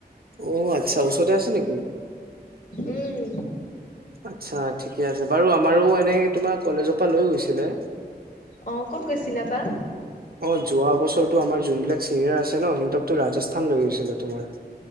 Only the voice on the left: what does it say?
উম।
অ কত গৈছিলা বা?